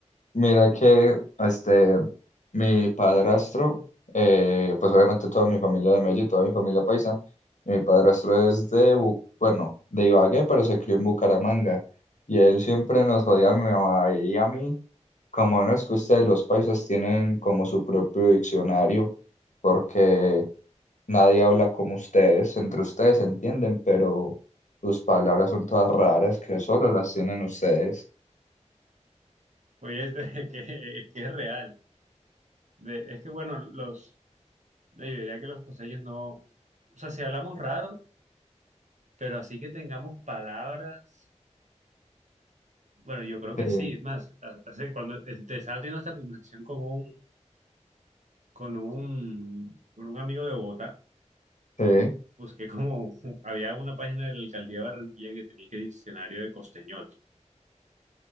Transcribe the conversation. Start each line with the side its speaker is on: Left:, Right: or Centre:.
Left: Mira que este, mi padrastro, eh, pues obviamente toda mi familia de Medellín, toda mi familia paisa, mi padrastro es de, Bu- bueno, de Ibagué, pero se crió en Bucaramanga, y él siempre nos odia a mi mamá y a mí, como no es que ustedes los paisas tienen como su propio diccionario, porque nadie habla como ustedes, entre ustedes se entienden, pero sus palabras son todas raras que solo las tienen ustedes.
Right: Oye, es, de- <laughs> que, que es real. De- es que, bueno, los, yo diría que los costeños no, o sea, si hablamos raro, pero así que tengamos palabras. Bueno, yo creo que
Left: Sí,
Right: sí. Más, a- hace- cuando te estaba teniendo esta conversación con un, con un, con un amigo de Bogotá,
Left: sí.
Right: busqué como <laughs> había una página de la alcaldía de Barranquilla que tenía que diccionario de costeñol.